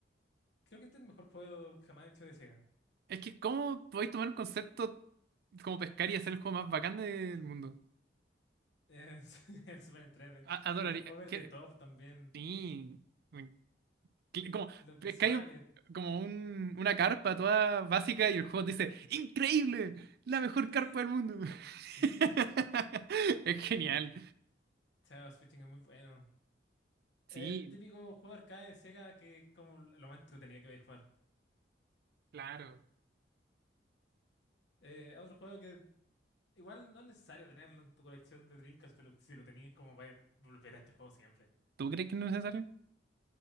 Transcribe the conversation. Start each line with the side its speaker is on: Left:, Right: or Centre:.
Left: Creo que este es el mejor juego jamás hecho de Sega.
Right: Es que, ¿cómo podéis tomar un concepto como pescar y hacer el juego más bacán del mundo?
Left: Es <laughs> es súper entrete.
Right: A- adoraría.
Left: Es over
Right: que-
Left: the top también.
Right: Sí. me- que- Como,
Left: Los visuales.
Right: pescáis un- como un- una carpa toda básica y el juego te dice: ¡Increíble! ¡La mejor carpa
Left: Eh,
Right: del mundo!
Left: sí,
Right: <laughs> Es genial.
Left: Shadow Switching es muy bueno.
Right: Sí,
Left: Es típico juego arcade de Sega que es como lo más entretenido que vais a jugar.
Right: claro.
Left: Eh, otro juego que Igual no es necesario tenerlo en tu colección de Dreamcast, pero si lo tenías, como vaya a volver a este juego siempre.
Right: ¿Tú crees que no es necesario?